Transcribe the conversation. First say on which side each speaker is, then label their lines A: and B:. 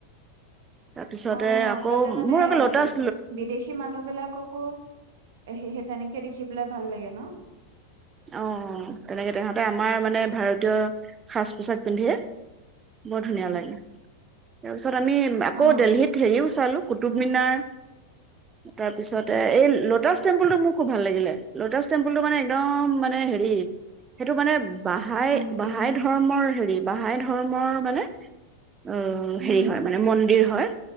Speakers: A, on the right (about 20°); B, on the right (about 55°).
A: তাৰপিছতে
B: অ
A: আকৌ
B: তাতে মানে
A: মোৰ আকৌ লটাছ
B: বি বিদেশী, বিদেশী মানুহ বিলাককো সেসেই তেনেকে দেখি পেলাই ভাল লাগে ন।
A: অ তেনেকে তেহঁতে আমাৰ মানে ভাৰতীয় সাজ পোছাক পিন্ধে। বৰ ধুনীয়া লাগে তাৰপিছত আমি, আকৌ
B: অ
A: দেলহিত হেৰিও চালো কুটুব
B: অ
A: মিনাৰ। তাৰপিছতে এই লটাছ টেম্পুলটো মোৰ খুব ভাল লাগিলে ল'টাচ টেম্পুলটো মানে একদম, মানে হেৰি সেইটো মানে বাহায়ে
B: শান্তি
A: বাহায়ে ঢ, ধৰ্মৰ হেৰি বাহাই ধৰ্মৰ মানে, অ
B: উম
A: হেৰি হয় মানে মন্দিৰ হয়